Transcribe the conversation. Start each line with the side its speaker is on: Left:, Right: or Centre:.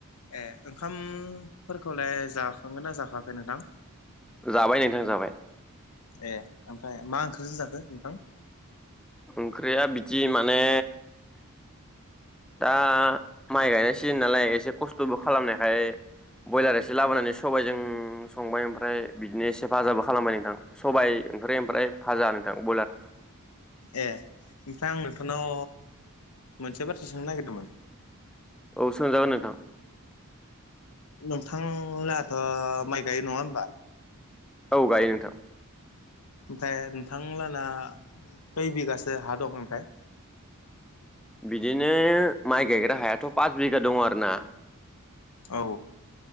Left: ए ओंखामफोरखौलाय जाखांगोन ना जाखाखै नोंथां?
Centre: जाबाय नोंथां जाबाय
Left: ए ओमफ्राय मा ओंख्रि जो जाखो नोंथां
Centre: ओंख्रिया बिदि माने दा माइ गायनाय सिजोन नालाय एसे खस्थ'बो खालामनायखाय ब्रयलार एसे लाबोनानै सबाइजों संबाय ओमफ्राय बिदिनोसेफाजाबो खालामबाय नोंथां सबायाइ बेनिफ्राय ओमफ्राय फाजा नोंथां ब्रयलार
Left: <inaudible> ए ओमफ्राय आं नोंथांनाव मोनसे बाथ्राो सोंनो नागिरदोंमोन
Centre: औ सोंजागोन नोंथां
Left: नोंथांनाथ' माइ गायो नङा हबा
Centre: औ गायो नोंथां
Left: ओमफफ्राय नोंथांलाना खै बिगासो हा दं ओमफाय
Centre: बिदिनो माइ गायग्रा हायाथ' पास बिगा दङ आर ना
Left: औ